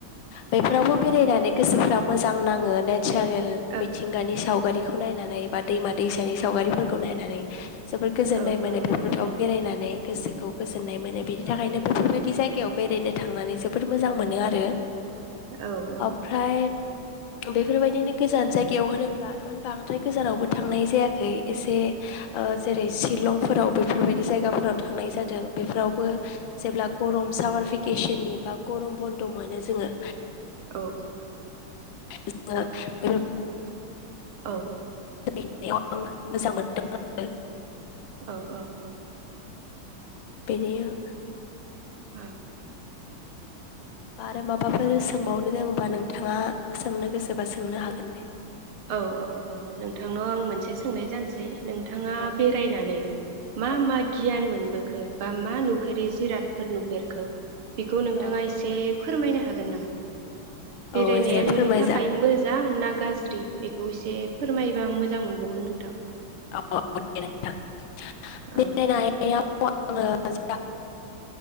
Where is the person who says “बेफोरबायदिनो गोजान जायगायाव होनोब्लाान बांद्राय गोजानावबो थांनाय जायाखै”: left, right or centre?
Left